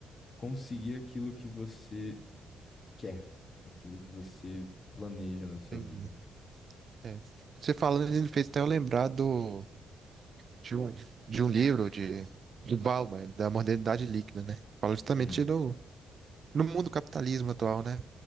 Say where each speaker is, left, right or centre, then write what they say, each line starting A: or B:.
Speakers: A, on the left; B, on the right.
A: conseguir aquilo que você quer, aquilo que você planeja na sua
B: entendi.
A: vida.
B: É. Você falando, ele fez até eu lembrar do, de, um, de um livro de, de Bauman, da modernidade líquida, né? Fala justamente
A: Hum,
B: do no mundo do capitalismo atual, né?